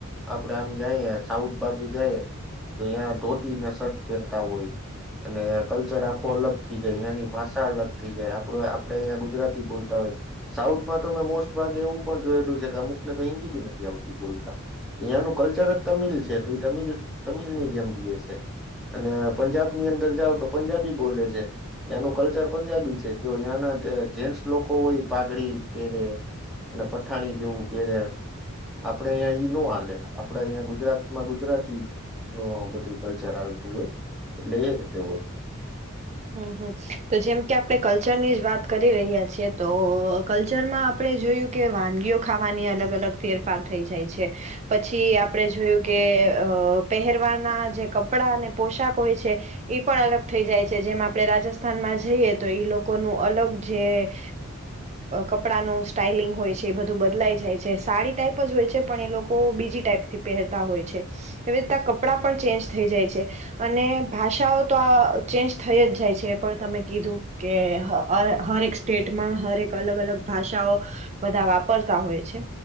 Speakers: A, in the centre; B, on the right.
A: આપડે આમ જઈએ સાઉથ બાજુ જઈએ, તો તહીં ધોતી ના શર્ટ પહેરતા હોય, અને કલ્ચર આખો અલગ થઈ જાય અંની ભાષા અલગ થઇ જાય આપડ આપડે અહીંયા ગુજરાતી બોલતા હોય, સાઉથમાં તો મેમે મોસ્ટ ભાગે એવું પણ જોયેલું છે કે અમુક ને તો હિન્દી બી નથી આવતી બોલતા, યાંનું કલ્ચર જ તમિલ છે તો એ તિલ તમિલ ની જેમ જએ છે, અને પંજાબ ની અંદર જાાવ તો પંજાબી બોલે છે, ત્યાંનું કલ્ચર પંજાબી છે જો યાંના જેન્ટ્સ લોકો હોય પાઘડી પેરે. અને પઠાણી જેવું પેરે, આપણે અહીંયા ઈ ન હાલે, આપણે અહીંયા ગુજરાતમાં ગુજરાતી ન બધું કલ્ચર ચાલતું હોય એટલે એ રીતે હોય.
B: હમ હમ તો જેમ કે આપણે કલ્ચરની જ વાત કરી રહ્યા છીએ તો કલ્ચરમાં આપણે જોયું કે વાનગીઓ ખાવાની અલગ અલગ ફેરફાર થઈ જાય છે, પછી આપણે જોયું કે અ પહેરવાના જે કપડાં અને પોશાક હોય છે, એ પણ અલગ થઈ જાય છે. જેમ આપણે રાજસ્થાનમાં જઈએ તો એ લોકોનું અલગ જે, કપડાનું સ્ટાાઈલિંગ હોય છે એ બધું બદલાઈ જાય છે સાડી ટાઈપ જ હોય છે પણ એ લોકો બીજી ટાઈપથી પહેરતા હોય છે, એવી રીના કપડાં પણ ચેન્જ થઈ જાય છે, અને ભાષાઓ તો આ ચેન્જ થઈ જ જાય છે એ પણ તમે કીધું કે હરેક સ્ટેટમાં હરેક અલગ અલગ ભાષાઓ, બધા વાપરતા હોય છે,